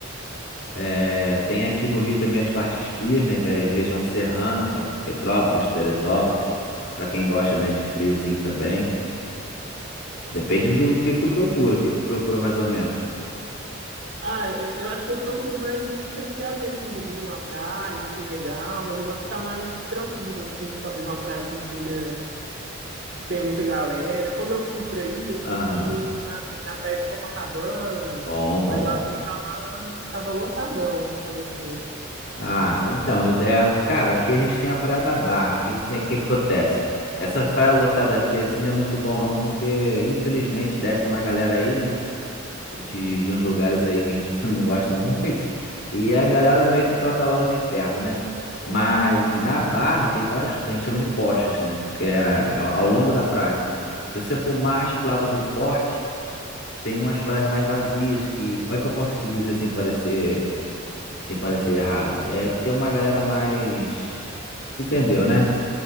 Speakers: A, on the left; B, on the right.
A: É, tem aqui no Rio também as partes frias, né? Que é a região serrana, pa- Petrópolis, Teresópolis, para quem gosta, né, de friozinho também. Depende do que que tu procura, o que que tu procura mais ou menos.
B: Ah, eu, eu acho que eu procuro mais isso que a gente já vê, assim, do Rio, uma praia, assim, legal, mas eu gosto de ficar mais tranquilo, assim, talvez uma praia que não seja, que tenha muita galera. Quando eu fui pra aí, eu
A: Aham.
B: consegui ir na, na praia de Copacabana,
A: Bom, bom.
B: mas lá também tava, tava lotadão quando eu fui.
A: Ah, então, é, cara, aqui a gente tem a Praia da Barra. O que que tem, que que acontece? Essa praia lotada aqui assim não é muito bom não, porque infelizmente desce uma galera aí, né? de, de uns lugares aí que a gente <laughs> não gosta muito. E as galera meio que toca lá os infernos, né? Mas na Barra tem vários, a gente chama de postos, né? Que é ao ao longo da praia. Se você for mais pro lado do forte, tem umas praias mais vazias que, como é que eu posso te dizer sem parecer, sem parecer errado? É que tem uma galera mais, tu entendeu, né?